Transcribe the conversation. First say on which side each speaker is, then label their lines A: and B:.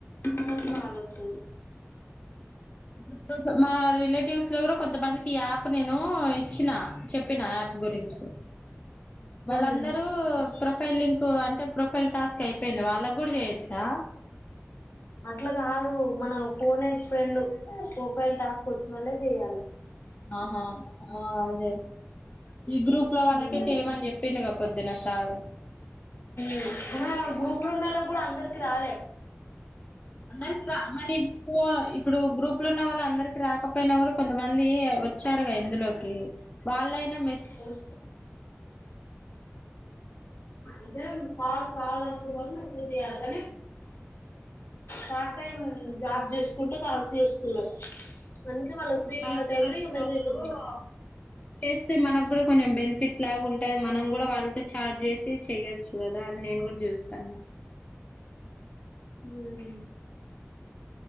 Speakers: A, on the left; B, on the left.
A: మనకు కాల్ వస్తుంది
B: ఇప్పుడిప్పుడు మా రిలేటివ్స్ లో కూడా కొంతమందికి ఈ యాప్ నేను ఇచ్చిన చెప్పిన యాప్ గురించి వాళ్ళందరూ
A: ఉమ్
B: ప్రొఫైల్ లింక్ అంటే ప్రొఫైల్ టాస్క్ అయిపోయింది వాళ్ళకి కూడా చేయచ్చా
A: అట్ల కాదు మన ఫోన్ ఏ ఫ్రెండ్ ప్రొఫైల్ టాస్క్ ఒచ్చినోల్లే చెయాలె
B: ఆహా ఆ అదే ఈ గ్రూప్ లో వాళ్ళకే
A: ఉమ్
B: చేయమని చెప్పిండు గా పొద్దున సారు
A: అహా గ్రూపు లో ఉన్నోళ్లకి కూడా అందరికి రాలే
B: అందరికి రా మరి ఇపో-ఇప్పుడు గ్రూప్ లోపులున్న వాళ్ళు అందరికి రాకపోయినా కూడా కొంతమంది వచ్చారుగా ఇందులోకి వాళ్ళయినా
A: ఉమ్ అదే కాల్స్ రావాలనుకునోళ్ళు మెసేజ్ చేయాలి కనె పార్ట్ టైం జాబ్ చేసుకుంట కాల్స్ చేస్తున్నాడు అందుకె వాళ్ళకి ఫ్రీ
B: టాస్క్
A: ఉన్న టైమ్
B: వచ్చిన
A: లో ఇ మెసేజ్
B: వాళ్ళు
A: చేద్దాం
B: చేస్తే మనకు కూడా కొంచెం బెనిఫిట్ లాగా ఉంటది మనం కూడా వాళ్ళతో చాట్ చేసి చెయొచ్చు కదా అని నేను కూడా చూస్తాన్న
A: ఉమ్